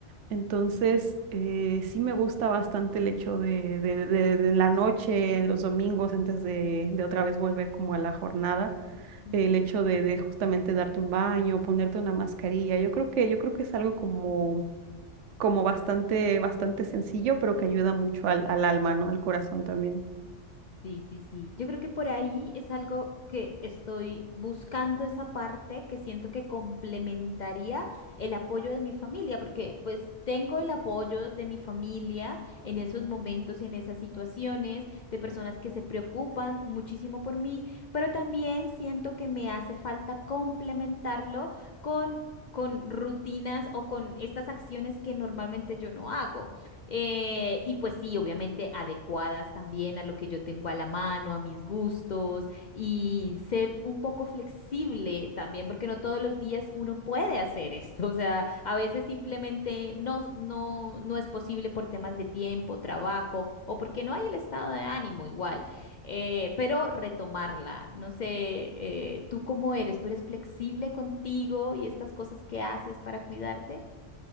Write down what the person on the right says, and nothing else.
Entonces, eh, sí me gusta bastante el hecho de, de, de- de en la noche, en los domingos, antes de, de otra vez volver como a la jornada,
el hecho de, de justamente darte un baño, ponerte una mascarilla. Yo creo que, yo creo que es algo como como bastante, bastante sencillo, pero que ayuda mucho al, al alma, ¿no? Al corazón también.